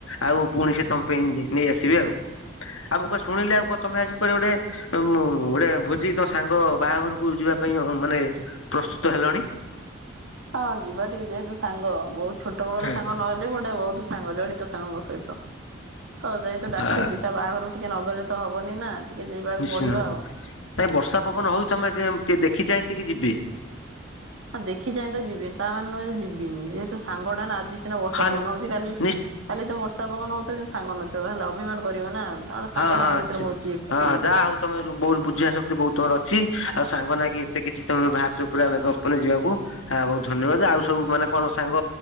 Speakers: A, on the left (about 80°); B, on the right (about 80°).
A: ଆଉ ପୁଣି ସେ ତମ ପାଇଁ ନେଇ ଆସିବେ ଆଉ। ଆଉ ମୁ କଣ ଶୁଣିଲେ ଆଉ କୁହ ତମେ ଆଜି କୁଆଡେ ଗୋଟେ ଗୋଟେ ଭୋଜି ତ ସାଙ୍ଗ ବାହାଘରକୁ ଯିବା ପାଇଁ ମାନେ ପ୍ରସ୍ତୁତ ହେଲଣି।
B: ହଁ ଯିବା ଟିକେ ଯେହେତୁ ସାଙ୍ଗ ବହୁତ ଛୋଟ ବେଳର
A: ହୁଁ।
B: ସାଙ୍ଗ ନହେଲେ ଗୋଟେ ବହୁତ ସାଙ୍ଗ ଜଡିତ ସାଙ୍ଗ ମୋ ସହିତ ତ ଯହେତୁ ଡାକୁଛି
A: ଆ
B: ତା ବାହାଘରକୁ ଟିକେ ନଗରରେ ତ ହବନି ନା। ଟିକେ ଯିବାକୁ
A: ନିଶ୍ଚିନ୍ତ
B: ପଡ଼ିବ ଆଉ।
A: ନାଇଁ ବର୍ଷା ପବନ ହଉଚି ଜେ ତମେ ଦେଖି ଚାହିଁ ଟିକେ ଯିବେ।
B: ହଁ ଦେଖି ଚାହିଁ ତ ଯିବି ତା ମାନେ ନୁହେଁ ଯିବିନି ଯେହେତୁ ସାଙ୍ଗ ଟା ନା ଆଜି। ସିନା ବର୍ଷା
A: ହଁ
B: ପବନ ହଉଛି କାଲି
A: ନି
B: କାଲି ତ ବର୍ଷା ପବନ ହଉଥିବ କିନ୍ତୁ ସାଙ୍ଗ ନଥିବ ହେଲେ ଅଭିମାନ କରିବ ନା। ନହେଲେ ସାଙ୍ଗ
A: ହଁ ହଁ
B: ସାଙ୍ଗ ଭିତରେ ବହୁତ ଇ ଇଏ
A: ହଁ
B: ହେଇଯିବ।
A: ଯାହା ହଉ ତମେ ଯୋଉ ବହୁତ ବୁଝିିବା ଶକ୍ତି ବହୁତ ତୁମର ଅଛି ଆଉ ସାଙ୍ଗ ନାଗି ଏତେ କିଛି ତମେ ବାହାରିଛ ପୁରା ମେଘ। ପବନେ ରେ ଯିବାକୁ। ହେଲା ବହୁତ ଧନ୍ୟବାଦ ଆଉ ସବୁ ମାନେ କଣ ସାଙ୍ଗ